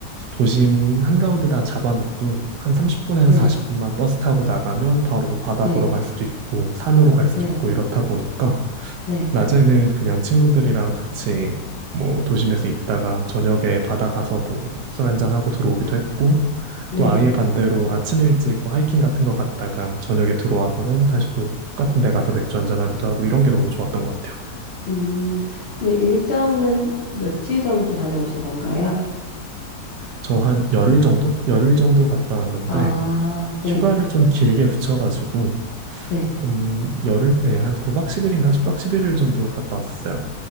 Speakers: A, on the right (about 70°); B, on the left (about 45°).
A: 도심 한가운데 다 잡아놔도 한 30분에서
B: 네,
A: 40분만 버스 타고 나가면 바로 뭐 바다
B: 네,
A: 보러 갈 수도 있고 산으로 갈
B: 네,
A: 수도 있고 이렇다 보니까
B: 네,
A: 낮에는 그냥 친구들이랑 같이 뭐 도심에서 있다가 저녁에 바다 가서 뭐 술 한잔하고 들어오기도 했고
B: 네.
A: 또 아예 반대로 아침 일찍 뭐 하이킹 같은 거 갔다가 저녁에 들어와서는 다시 또 똑같은 데 가서 맥주 한잔하기도 하고 이런 게 너무 좋았던 것 같아요.
B: 음, 그럼 일정은 며칠 정도 다녀오신 건가요?
A: 저 한 열흘 정도? 열흘 정도 갔다 왔는데,
B: 아, 네,
A: 휴가를 좀 길게 붙여가지고,
B: 네.
A: 한 열흘? 네, 한 9박 10일인가 10박 11일 정도 갔다 왔었어요.